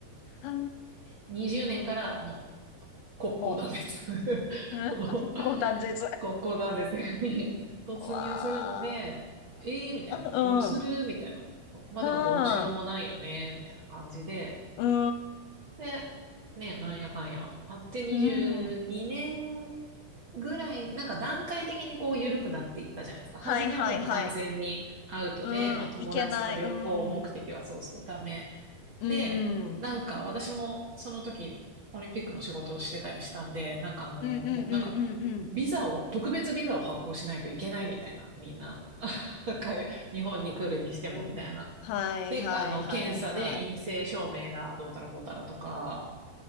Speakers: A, on the left (about 80°); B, on the right (about 40°).
A: ー
B: 20年からも国交断絶
A: も
B: <laughs>
A: う、うん、
B: そう
A: <laughs> ここ断絶。わ
B: 国交断絶に突入するので、
A: あ。
B: えーみたいな。
A: う
B: どうするみたいな。
A: ん。
B: そうまあでもどうしようもないよねみたいな感じで、
A: あー
B: で、ね、なんやかんや、あって22年
A: うん。うん。
B: ぐらいに、なんか段階的にこう緩くなっていったじゃないですか。
A: はいはいはい。
B: 初めはもう完全にアウトで、
A: うん。
B: まあ友達とか旅行目的はそうそうダメ。
A: いけない。うん。う
B: で、
A: ん。
B: なんか私もその時オリンピックの仕事をしてたりしたんで、なんかあの、
A: うんうんうんうんうん。
B: もうなんかビザを、特別ビザを発行しないといけないみたいな、みんな。<laughs>
A: あーもううん断絶わあうんあーう
B: か日本に来るにしてもみたいな
A: んうんはいはいはいはい。
B: で、あの、検査で陰性証明がどうたらこうたらとか、
A: うー、うんうんうんうんうんうんうんあーはいはいは